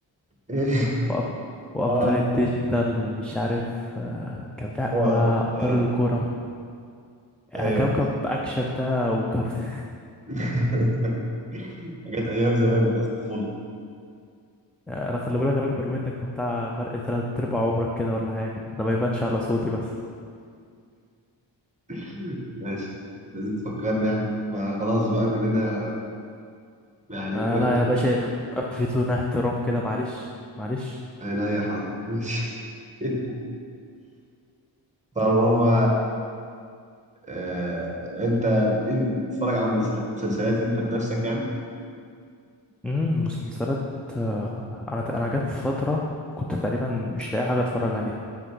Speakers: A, on the right (about 15°); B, in the centre.
A: <laughs>
B: وأب... وأبطال
A: اه
B: الديجيتال ومش عارف آه كان في
A: اه
B: وأبطال
A: اه
B: الكورة آه
A: ايوه
B: كوكب أكشن ده وكارت
A: <laughs> جت ايام زمان بتاعت الطفوله
B: آه أنا خلي بالك أنا أكبر منك بتاع فرق تلات أرباع عمرك كده ولا حاجة ده ما يبانش على صوتي بس
A: <laughs> ماشي لازم تفكرني يعني ما خلاص بقى كلنا يعني
B: آه
A: كلنا
B: لا
A: في مركب
B: يا باشا
A: واحد.
B: يبقى في تون احترام كده معلش معلش
A: انا يا حاضر ماشي <laughs> طب هو آه انت إيه- بتتفرج على مسل- مسلسلات انت بنفسك يعني
B: امم مسلسلات آه أنا أنا جت في فترة كنت تقريبا مش لاقي حاجة أتفرج عليها